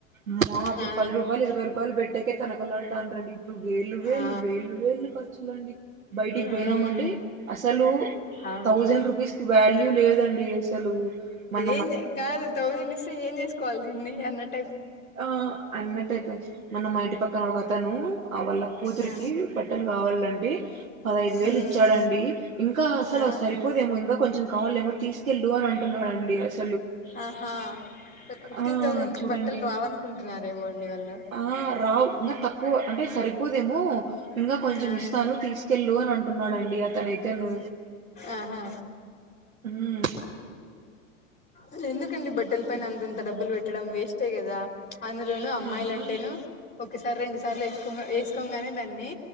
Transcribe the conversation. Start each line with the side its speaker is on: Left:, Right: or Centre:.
Right: అమ్మా అప్పుడు
Left: ఆ
Right: పది రూపాయలు ఇరవై రూపాయలు పెట్టేకే తనకలాడుతాండ్రి అండి ఇప్పుడు వేళ్ళు వేళ్ళు
Left: ఆ
Right: వేళ్ళు వేళ్ళు కస్ చూడండి బయటికి పోయినామంటే
Left: ఉమ్
Right: అసలు
Left: అవును
Right: థౌజండ్ రూపీస్కి వాల్యూ లేదండి అసలు మన్
Left: ఎందే కాదు థౌజండ్ ఇస్తే ఏం చేసుకోవాలి దీన్ని అన్నట్
Right: ఆ అన్నట్ అయిపోయింది మన్న మా ఇంటి పక్కన ఒకతను ఆ వల్ల కూతురికి
Left: ఆ
Right: బట్టలు కావాలంటే పదహైదు వేలు
Left: ఉమ్
Right: ఇచ్చాడండి ఇంకా అసలు
Left: ఆ
Right: సరిపోదేమో ఇంకా కొంచెం కావలేమో తీసుకెళ్ళు అని అంటున్నాడండి అస్
Left: ఆహా ఓ ఫిఫ్టీన్
Right: ఆ
Left: థౌసండ్
Right: చూడండి
Left: కి బట్టలు రావనుకుంటున్నారేమో అండి వాళ్ళు
Right: ఆ రావు ఇంకా తక్కువ అంటే సరిపోదేమో ఇంగా కొంచెం
Left: ఆ
Right: ఇస్తాను తీస్ తీసుకెళ్ళు అని అంటున్నాడండి అతనైతేను
Left: ఆహా
Right: హ్మ్మ్
Left: ఇల్ ఎందుకండి బట్టల పైన
Right: ఎ-
Left: అంతంత డబ్బులు పెట్టడం వేస్టే కదా అందులోను అమ్మాయిలు
Right: ఏమో
Left: అంటేను
Right: అండి.
Left: ఒకసారి రెండు సార్లు వేసుకో వేసుకొంగానే దాన్ని